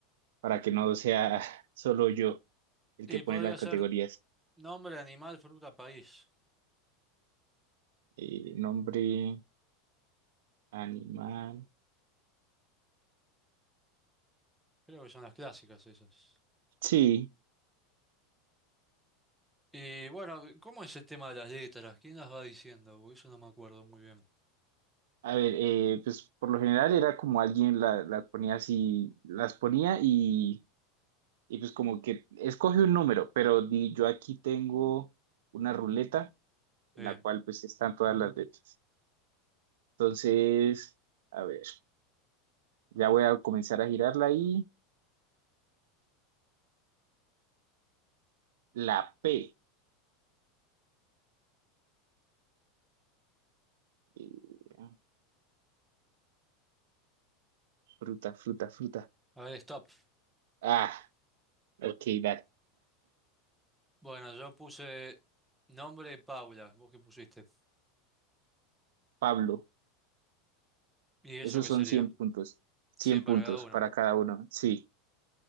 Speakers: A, on the right; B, in the centre.
A: para que no sea <laughs> solo yo el
B: Y
A: que pone
B: podría
A: las
B: ser
A: categorías.
B: nombre, animal, fruta, país.
A: Eh, nombre, animal.
B: Creo que son las clásicas esas.
A: Sí.
B: Y bueno, ¿cómo es el tema de las letras? ¿Quién las va diciendo? Porque eso no me acuerdo muy bien.
A: A ver, eh, pues por lo general era como alguien la, la ponía así, las ponía y, y pues como que escoge un número, pero di- yo aquí tengo una ruleta en
B: Sí.
A: la cual pues están todas las letras. Entonces, a ver, ya voy a comenzar a girarla y la P. Eh, ah, fruta, fruta, fruta.
B: A ver, stop.
A: Ah, ok, dale.
B: Bueno, yo puse nombre Paula, ¿vos qué pusiste?
A: Pablo,
B: ¿Y eso
A: esos
B: qué
A: son
B: serían?
A: 100 puntos. cien
B: 100
A: puntos
B: para cada uno.
A: para cada uno, sí.